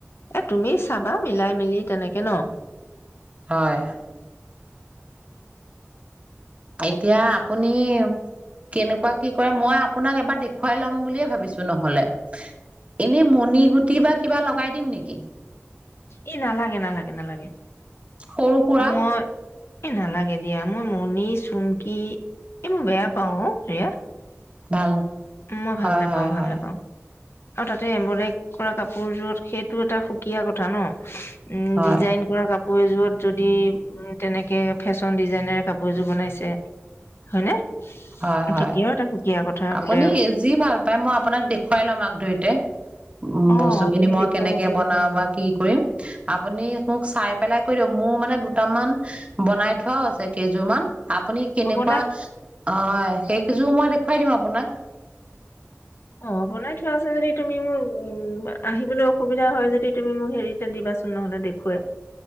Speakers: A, on the left; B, on the right.
A: এ তুমি চাবা মিলাই মিলি তেনেকে ন'।
B: হয়। এতিয়া আপুনি কেনেকুৱা কি কৰে মই আপোনাক এবাৰ দেখুৱাই ল'ম বুলিয়ে ভাবিছো নহলে, এনে মণি গুটি বা কিবা লগাই দিম নেকি?
A: এই নালাগে, নালাগে, নালাগে।
B: সৰু সুৰা
A: মই এই নালাগে দিয়া, মই মনি চুমকি এই মোৰ বেয়া পাওঁ অ', এয়া।
B: ভাল।
A: মই ভাল
B: হয়
A: নেপাওঁ
B: হয়
A: ভাল
B: হয়
A: নেপাওঁ। আৰু তাতে এমব্ৰলেক কৰা কাপোৰ যোৰত সেইটো এটা সুকীয়া কথা ন। উম
B: হয়
A: ডিজাইন কৰা কাপ পোৰ যোৰত যদি তেনেকে ফেশ্বন ডিজাইনে কাপোৰ এযোৰ বনাইছে হয়নে?
B: হয় হয়
A: তেতিয়াও এটা সুকীয়া কত থা
B: আপুনি
A: বোলেম।
B: যি ভাল পায় মই আপোনাক দেখুৱাই লম আগ ধৰিতে, উম
A: অ
B: বস্তুখিনি
A: তুমি
B: মই
A: দেখুৱাব
B: কেনেকে
A: পাৰিবা
B: বনাও
A: জনাব
B: বা কি কৰিম। আপুনি মোক চাই পেলাই কৈ দিয়ক মোৰ মানে দুটামান বনাই থোৱাও আছে কেইযোৰ মান। আপুনি কেনেকুৱা
A: অ বনাই
B: অ হয় সেইকেইযোৰ মই দেখ খুৱাই দিম আপোনাক।
A: অ বনাই থোৱা আছে যদি তুমি মোক উম আহিবলৈ অসুবিধা হয় যদি তুমি মোক হেৰিতে দিবাচোন নহ'লে দেখুৱাই।